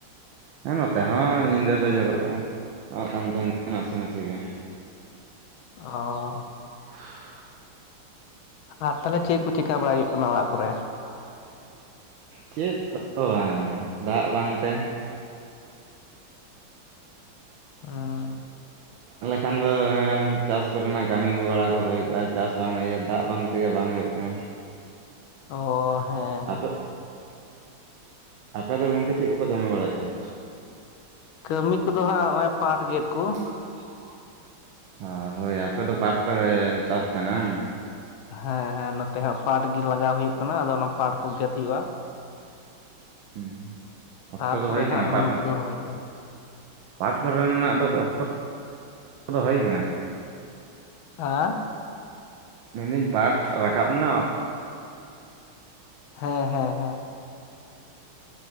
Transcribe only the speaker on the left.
ᱚᱻ
ᱟᱨ ᱛᱚᱞᱦᱮ ᱪᱮᱫ ᱪᱮᱠᱟ
ᱵᱟᱲᱟᱭ ᱦᱩᱭᱩᱜ
ᱠᱟᱱᱟ
ᱚᱲᱟᱜ
ᱠᱚᱨᱮ?
ᱦᱩᱸ
ᱚᱸ ᱚ ᱦᱮᱸ ᱾
ᱠᱟᱹᱢᱤ ᱠᱚᱫᱚ ᱦᱟᱸᱜ ᱱᱚᱜᱼᱚᱭ ᱯᱟᱴᱷ ᱜᱮᱫ ᱠᱩ᱾
ᱦᱮᱸ ᱦᱮᱸ ᱱᱚᱛᱮ ᱦᱟᱸᱜ ᱯᱟᱴᱷ ᱜᱮ ᱞᱟᱜᱟᱣ ᱦᱩᱭᱩᱜ ᱠᱟᱱᱟ ᱟᱫᱚ ᱚᱱᱟ ᱯᱟᱴ ᱠᱚ ᱜᱮᱫ ᱦᱩᱭᱩᱜᱼᱟ᱾
ᱛᱟᱨᱯᱚᱨᱮ
ᱦᱟᱸᱜ
ᱦᱩᱲᱩ
ᱠᱚᱫᱚ ᱨᱚᱦᱚᱭ ᱦᱩᱭᱩᱜᱼᱟ
ᱦᱟ,
ᱦᱮᱸ ᱦᱮᱸ ᱦᱮᱸ,